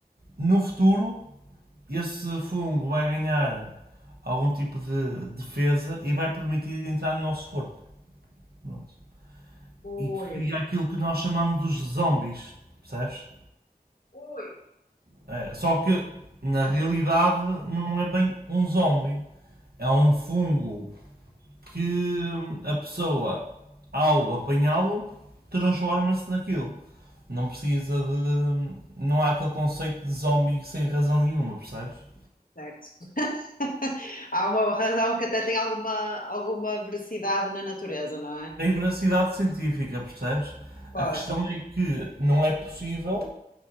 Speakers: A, on the right; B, on the left.
A: No futuro, esse fungo vai ganhar algum tipo de defesa e vai permitir entrar no nosso corpo. Pronto.
B: Ok.
A: E cria aquilo que nós chamamos dos zombies, percebes?
B: Oi.
A: É, só que na realidade não é bem um zombie, é um fungo que a pessoa ao apanhá-lo transforma-se naquilo. Não precisa de. Não há aquele conceito de zombie sem razão nenhuma, percebes?
B: Certo. <laughs> Há uma razão que até tem alguma, alguma veracidade na natureza, não é?
A: tem veracidade científica, percebes?
B: Claro,
A: A questão é que não é possível